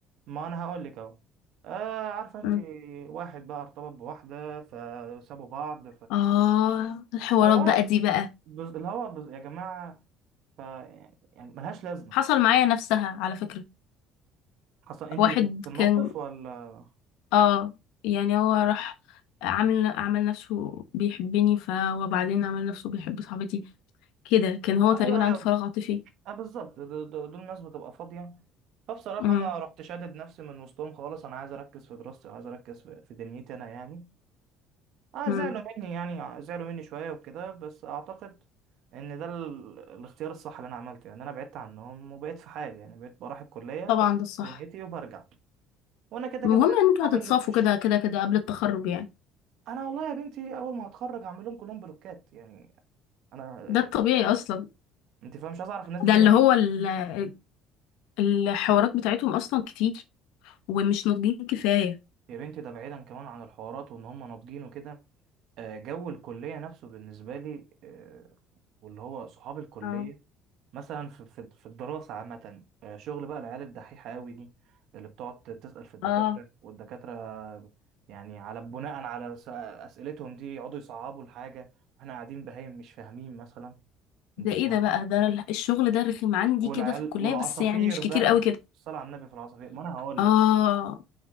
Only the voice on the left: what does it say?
مم.
اه الحوارات
بقى دي بقى
حصل معايا نفسها على فكرة
واحد
كان
اه يعني هو راح عامل عمل نفسه بيحبني ف وبعدين عمل نفسه بيحب صاحبتي كده كان هو
تقريبا
عنده فراغ عاطفي
امم
امم
طبعا
ده الصح
المهم
ان انتوا
هتتصافوا
كده كده كده قبل التخرج يعني
ده
الطبيعي اصلا
ده
اللي هو ال- الحوارات بتاعتهم اصلا كتير ومش ناضجين كفاية
اه
اه
ده
ايه
ده بقى ده ال- الشغل ده رخم عندي
كده في الكلية
بس يعني مش كتير
قوي كده
اه